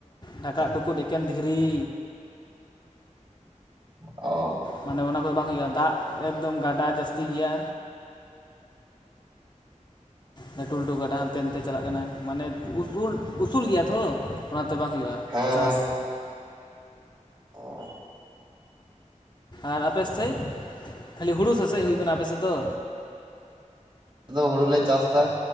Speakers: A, on the left (about 35°); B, on the right (about 40°).
A: ᱰᱷᱟᱠᱟᱫ
B: ᱚ
A: ᱰᱩᱠᱩᱡ ᱮᱠᱮᱱ ᱫᱷᱤᱨᱤ
B: ᱚ
A: ᱢᱟᱱᱮ ᱚᱱᱟ ᱠᱚᱫᱚ ᱵᱟᱝ ᱦᱩᱭᱩᱜᱼᱟ ᱫᱟᱜ ᱮᱠᱫᱚᱢ ᱜᱟᱰᱟ ᱡᱟᱹᱥᱛᱤ ᱜᱮᱭᱟ ᱞᱟᱹᱴᱩ ᱞᱟᱹᱴᱩ ᱠᱟᱴᱟ ᱦᱟᱱᱛᱮ ᱱᱟᱛᱮ ᱪᱟᱞᱟᱜ ᱠᱟᱱᱟ ᱢᱟᱱᱮ ᱩᱥᱩᱞ ᱩᱥᱩᱞ ᱜᱮᱭᱟ ᱛᱷᱚ ᱚᱱᱟᱛᱮ ᱵᱟᱝ ᱦᱩᱭᱩᱜᱼᱟ
B: ᱦᱮᱸ
A: ᱪᱟᱥ
B: ᱚᱸᱻ
A: ᱟᱨ ᱟᱯᱮ ᱥᱮᱫ ᱠᱷᱟᱹᱞᱤ ᱦᱩᱲᱩ ᱥᱮᱥᱮᱫ ᱦᱩᱭᱩᱜ ᱠᱟᱱᱟ ᱟᱯᱮ ᱥᱮᱫ ᱫᱚ?
B: ᱟᱫᱚ ᱦᱩᱲᱩᱞᱮ ᱪᱟᱥᱫᱟ